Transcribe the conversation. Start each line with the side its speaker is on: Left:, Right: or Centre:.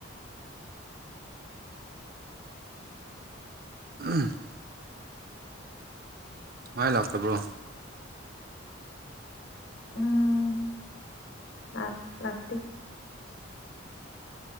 Right: ꯑꯍꯝ ꯃꯥꯏ ꯂꯥꯛꯇꯕ꯭ꯔꯣ
Left: ꯎꯝ ꯂꯥꯛ- ꯂꯥꯛꯇꯦ